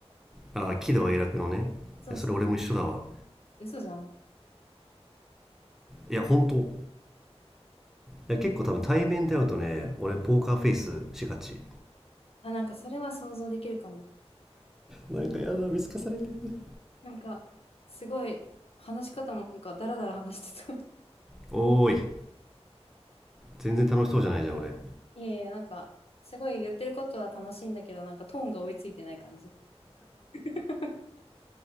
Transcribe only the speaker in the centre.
ああ喜怒哀楽のねいやそれ俺も一緒だわ
いや本当いや結構多分対面で会うとね俺ポーカーフェイスしがち
なんかやだ見透かされてる
おーい全然楽しそうじゃないじゃん俺